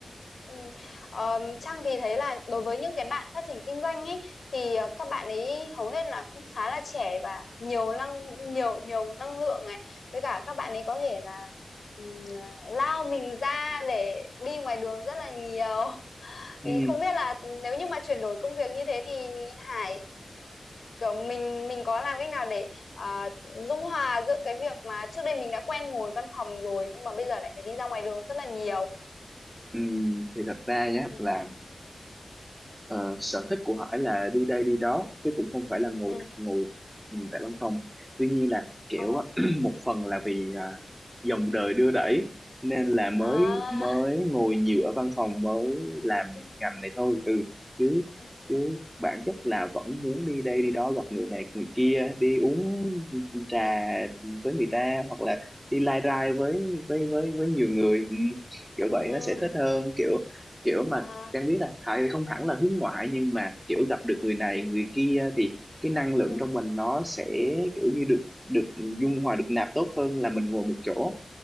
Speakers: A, on the left; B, in the centre.
A: ừ. Ờ, Trang thì thấy là đối với những cái bạn phát triển kinh doanh ấy thì ờ, các bạn ấy hầu hết là cũng khá là trẻ và nhiều năng nhiều nhiều năng lượng này với cả các bạn ấy có thể là ừm, à, lao mình ra để đi ngoài đường rất là nhiều <laughs>
B: ừ,
A: thì không biết là nếu như mà chuyển đổi công việc như thế thì Hải kiểu mình mình có làm cách nào để ờ, dung hòa giữa cái việc mà trước đây mình đã quen ngồi văn phòng rồi nhưng mà bây giờ lại phải đi ra ngoài đường rất là nhiều
B: ừ, thì thật ra nhá
A: ừ
B: là Ờ, sở thích của Hải là đi đây đi đó chứ cũng không phải là ngồi
A: ừ
B: ngồi ừ, tại văn phòng tuy nhiên là kiểu
A: ờ
B: á, <clears throat> một phần là vì à, dòng đời đưa đẩy nên là mới
A: à
B: mới ngồi nhiều ở văn phòng mới làm
A: ừ
B: ngành này thôi ừ chứ
A: ừ
B: chứ bản chất là vẫn muốn đi đây đi đó gặp người này người kia đi uống trà với người ta hoặc là đi lai rai với với với với nhiều người ừ, kiểu
A: ừ
B: vậy nó sẽ thích hơn kiểu kiểu mà
A: à
B: Trang biết là Hải thì không hẳn là hướng ngoại nhưng mà kiểu gặp được người này người kia thì cái năng lượng
A: ừ
B: trong mình nó sẽ kiểu như được được dung hòa được nạp tốt hơn là mình ngồi một chỗ